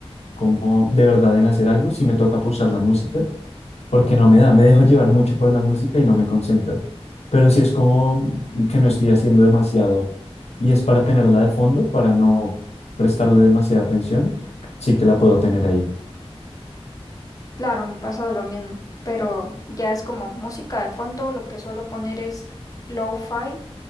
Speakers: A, on the left (about 80°); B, on the left (about 35°).
A: como de verdad en hacer algo, si me toca pausar la música porque no me da, me dejo llevar mucho por la música y no me concentro. Pero si es como que no estoy haciendo demasiado y es para tenerla de fondo, para no prestarle demasiada atención, sí que la puedo tener ahí.
B: Claro, me pasa lo mismo, pero ya es como música de fondo, lo que suelo poner es lo-fi